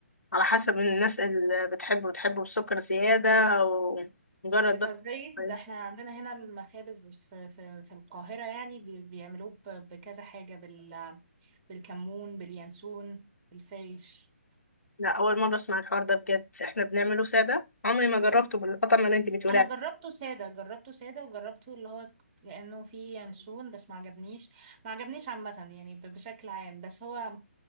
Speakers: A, on the left (about 75°); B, on the right (about 30°).
A: على حسب الناس اللي بتحبه بتحبه بالسكر زياده او مجرد
B: بتهزري
A: بس طيب،
B: ده احنا عندنا هنا المخابز في في, في القاهرة يعني بي- بيعملوه ب- بكذا حاجة بال بالكمون باليانسون بالفايش
A: لا اول مره اسمع الحوار ده بجد احنا بنعمله ساده عمري ما جربته بالقطعه اللي انت بتقولي
B: انا جربته سادة جربته سادة وجربته اللي هو كأنه فيه يانسون بس ما عجبنيش ما عجبنيش عامة يعني ب- بشكل عام بس هو